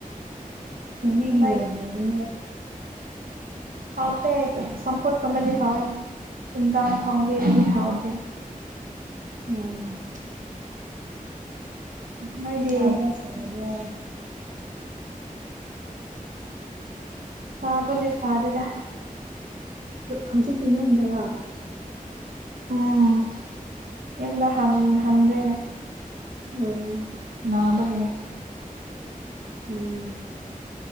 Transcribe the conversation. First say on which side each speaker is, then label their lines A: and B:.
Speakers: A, on the right; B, on the right.
A: ꯀꯣꯕꯤꯒꯤ ꯌꯥꯝ
B: ꯏ
A: ꯍꯥꯎꯕꯅꯦ
B: ꯍꯥꯎꯇ‌ꯦ ꯆꯝꯐꯨꯠ ꯀꯨꯕꯗꯤ ꯍꯥꯎꯋ‌ꯦ ꯏꯟꯖꯥꯡ ꯐꯣꯡꯕꯤꯔꯗꯤ ꯍꯧꯎꯗꯤ
A: ꯎꯝ
B: ꯅꯣꯏꯗꯤ
A: ꯁꯥꯕꯔꯥ ꯁꯗꯕꯔ‌ꯣ
B: ꯁꯥꯕꯨꯗꯤ ꯁꯥꯗ‌ꯦꯗ
A: ꯍꯧꯖꯤꯛꯇꯤ ꯌꯨꯝꯗꯔꯣ
B: ꯎꯝ ꯌꯨꯝꯗ ꯍꯟ ꯍꯟꯗ꯭ꯔꯦ
A: ꯎꯝ
B: ꯅꯥꯕꯒꯤ
A: ꯎꯝ